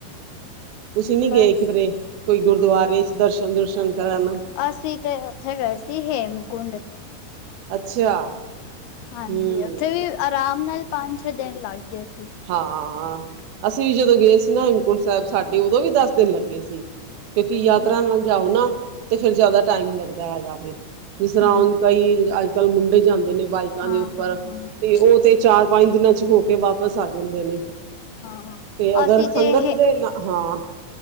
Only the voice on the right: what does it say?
ਤੁਸੀਂ ਨੀ
ਗਏ ਕਿਧਰੇ ਕੋਈ ਗੁਰਦੁਆਰੇ ਚ ਦਰਸ਼ਨ ਦੁਰਸ਼ਨ ਕਰਨ?
ਅੱਛਾ।
ਹੂੰ
ਹਾਂ ਅਸੀਂ ਵੀ ਜਦੋਂ ਗਏ ਸੀ ਨਾ ਹੇਮਕੁੰਟ ਸੈਬ ਸਾਡੇ ਉਦੋਂ ਵੀ ਦਸ ਦਿਨ ਲੱਗੇ ਸੀ। ਕਿਉਂਕਿ ਯਾਤਰਾ
ਨਾਲ ਜਾਓ ਨਾ ਤੇ ਫਿਰ ਜਾਦਾ ਟਾਈਮ ਲੱਗਦਾ ਹੈਗਾ ਵੇ ਜਿਸ ਤਰ੍ਹਾਂ
ਹੁਣ ਕਈ ਅੱਜ ਕੱਲ੍ਹ ਮੁੰਡੇ ਜਾਂਦੇ ਨੇ ਬਾਈਕਾਂ
ਦੇ ਉੱਪਰ
ਤੇ ਓ ਤੇ ਚਾਰ ਪੰਜ ਦਿਨਾਂ ਚ ਹੋ ਕੇ ਵਾਪ ਫਸਾ ਦਿੰਦੇ ਨੇ
ਤੇ ਅਗਰ
ਸੰਗਤ
ਦੇ ਨ ਹਾਂ।